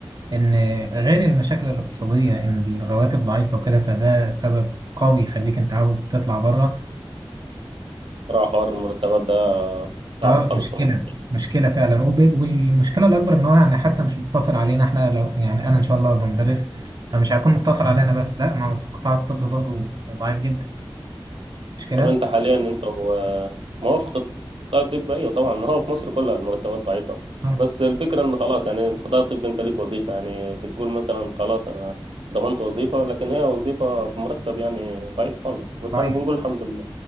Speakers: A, on the right; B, on the right.
A: ان غير المشاكل الاقتصاديه ان الرواتب ضعيفه وكده فده سبب قوي يخليك انت عاوز تطلع بره
B: صراحة حوار المرتبات ده صعب
A: اه
B: خالص
A: مشكلة
B: في مصر يعني.
A: مشكلة فعلا وب- والمشكلة الأكبر إن هو يعني حتى مش مقتصر علينا إحنا لو يعني أنا إن شاء الله هبقى مدرس فمش هيكون مقتصر علينا بس لا ما هو في قطاع الطب برضه ضعيف جدا مش كده؟
B: طب أنت حاليا أنت و- موافق القطاع الطبي أيوه طبعا ما هو في مصر كلها المرتبات ضعيفة
A: اه
B: بس الفكرة إن خلاص يعني القطاع الطبي أنت ليك وظيفة يعني بتقول مثلا خلاص أنا ضمنت وظيفة لكن هي وظيفة بمرتب يعني ضعيف خالص بس
A: ضعيف
B: يعني بنقول الحمد لله